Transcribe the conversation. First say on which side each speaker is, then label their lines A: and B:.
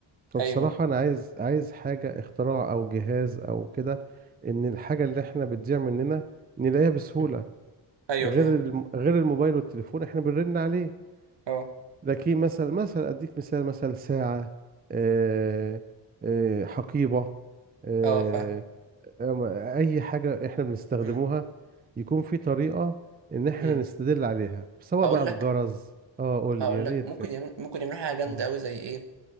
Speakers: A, on the right; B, on the right.
A: فبصراحة
B: ايوه
A: انا عايز عايز حاجة اختراع او جهاز او كده ان الحاجة اللي احنا بتضيع مننا نلاقيها بسهولة
B: مم. ايوه
A: غير
B: فاهم
A: الم- غير الموبايل والتليفون احنا بنرن عليه
B: اه
A: لكن مثلا مثلا اديك مثال مثلا ساعة آه، آه، حقيبة آه،
B: اه فاهم
A: أم- اي حاجة احنا بنستخدموها
B: امم
A: يكون في طريقة ان احنا
B: امم
A: نستدل عليها سواء
B: هقول
A: بقى
B: لك
A: بجرز اه قول لي
B: هقول
A: يا
B: لك
A: ريت
B: ممكن يعمل ممكن يعملوا حاجه جامده
A: اه
B: قوي زي ايه